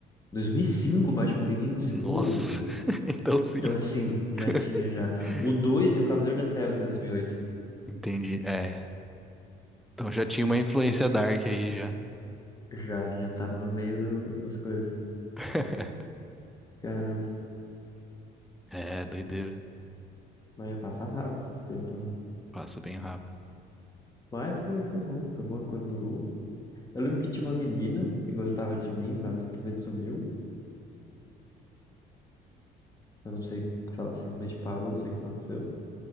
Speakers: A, on the left (about 20°); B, in the centre.
A: 2005 o Batman Begins?
B: Nossa.
A: Uou!
B: <laughs> Então sim.
A: Então sim, já
B: <laughs>
A: tinha já. O 2 que é o Cavaleiro das Trevas, que é dois mil e oito
B: Entendi. É. Então já tinha uma influência dark aí já.
A: Já, já tava no meio do, das coisas.
B: <laughs>
A: Cara,
B: É, doideira.
A: Mas ia passar rápido esses tempos, né?
B: Passa bem rápido.
A: Mas foi, foi bom, foi bom enquanto durou. Eu lembro que tinha uma menina que gostava de mim, mas ela simplesmente sumiu. Eu não sei se ela simplesmente parou, não sei o que aconteceu.